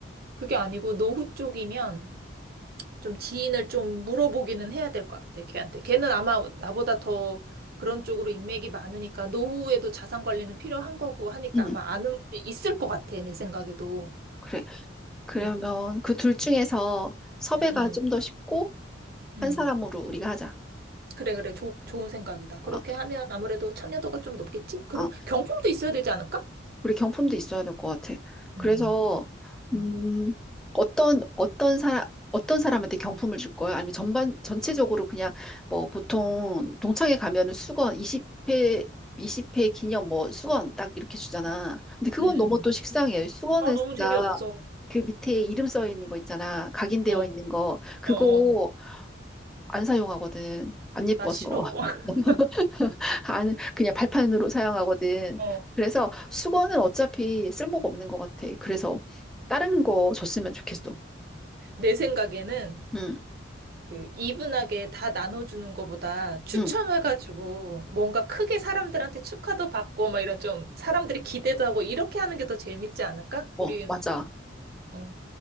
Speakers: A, on the right (about 50°); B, in the centre.
A: 그게 아니고 노후 쪽이면 좀 지인을 좀 물어보기는 해야 될 것 같아, 걔한테. 걔는 아마 나보다 더 그런 쪽으로 인맥이 많으니까 노후에도 자산 관리는 필요한 거고 하니까
B: 응.
A: 아마 아는 분이 있을 것 같아, 내 생각에도.
B: 그래. 그러면
A: 그래.
B: 그 둘 중에서 섭외가
A: 응, 응,
B: 좀 더 쉽고,
A: 응.
B: 한 사람으로 우리가 하자.
A: 그래, 그래. 좋 좋은 생각이다. 그렇게
B: 어,
A: 하면 아무래도 참여도가 좀 높겠지? 그럼
B: 어.
A: 경품도 있어야 되지 않을까?
B: 우리 경품도 있어야 될 것 같아. 그래서
A: 음, 음,
B: 음, 어떤 어떤 사람 어떤 사람한테 경품을 줄 거야? 아니면 전반 전체적으로 그냥 뭐 보통 동창회 가면은 수건 20회 20회 기념 뭐 수건 딱 이렇게 주잖아. 근데 그건
A: 음, 음.
B: 너무 또 식상해. 수건은
A: 아, 너무
B: 진짜
A: 재미없어.
B: 그 밑에 이름 써 있는 거 있잖아. 각인되어
A: 어,
B: 있는 거. 그거
A: 어, 어.
B: 안 사용하거든. 안 예뻐서.
A: 나 싫어. <laughs>
B: <laughs> <laughs> 안, 그냥 발판으로 사용하거든.
A: 어.
B: 그래서 수건은 어차피 쓸모가 없는 것 같아. 그래서 다른 거 줬으면 좋겠어.
A: 내 생각에는
B: 응,
A: 그 이분하게 다 나눠주는 것보다 추첨해가지고
B: 응,
A: 뭔가 크게 사람들한테 축하도 받고 막 이런 좀 사람들이 기대도 하고 이렇게 하는 게 더 재밌지 않을까?
B: 어,
A: 우리
B: 맞아.
A: 어.